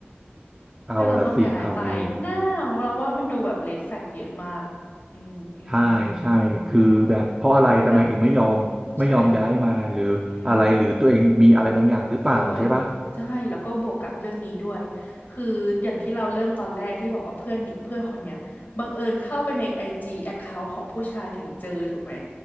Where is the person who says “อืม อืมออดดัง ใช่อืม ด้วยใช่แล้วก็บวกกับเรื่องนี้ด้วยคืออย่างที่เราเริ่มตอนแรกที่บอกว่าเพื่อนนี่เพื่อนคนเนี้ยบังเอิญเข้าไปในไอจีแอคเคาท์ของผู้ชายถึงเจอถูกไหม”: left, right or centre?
Left